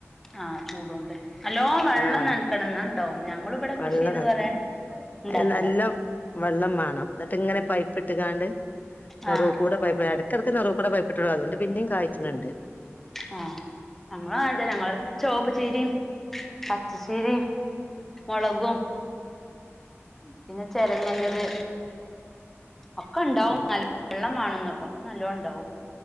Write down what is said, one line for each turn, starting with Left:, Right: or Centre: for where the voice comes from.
Centre: ആഹ് ചൂടോണ്ട്. നല്ലോം വെള്ളം
Left: ആഹ്
Centre: നനക്കണംന്ന ട്ടും ഞങ്ങളും ഇവിടെ
Left: വെള്ളം
Centre: കൃഷി ചെയ്ത്
Left: നനക്ക
Centre: കൊറേ ഇണ്ടാക്കല
Left: അയ്ന് നല്ല വെള്ളം മാണം ന്നട്ട് ഇങ്ങനെ പൈപ്പിട്ട്കാണ്ട് നെറൂകൂടെ
Centre: ആ
Left: പൈപ്പ് എടക്കെടക്ക് നെറൂകൂടെ പൈപ്പിട്ടൊള്ളു അതോണ്ട് പിന്നിം കായ്ച്ച്ണ് ണ്ട്
Centre: ആ ആ ഞങ്ങളും അങ്ങനെ തന്നെ ഞങ്ങൾ ചോപ്പ്ച്ചീരിം പച്ചച്ചിരിം മോളകും പിന്നെ ചരങ്ങന്റത് ഒക്കെണ്ടാവും
Left: ഉം
Centre: നല്ല വെള്ളമാണം <unintelligible> ഒക്കെ നല്ലോണ്ടാവും